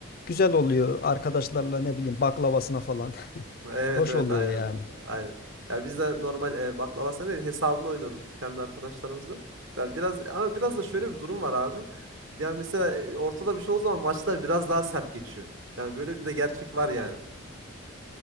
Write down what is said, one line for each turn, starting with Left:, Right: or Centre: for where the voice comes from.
Left: Güzel oluyor arkadaşlarla ne bileyim baklavasına falan. <laughs>
Right: Evet
Left: Hoş
Right: evet
Left: oluyor
Right: aynen
Left: yani.
Right: aynen. Ya biz de normal e, baklavasını değil hesabını oynuyoruz kendi arkadaşlarımızla. Ya biraz ama biraz da şöyle bir durum var abi. Yani mesela e, ortada bir şey olduğu zaman maçlar biraz daha sert geçiyor. Yani böyle bir de gerçek var yani.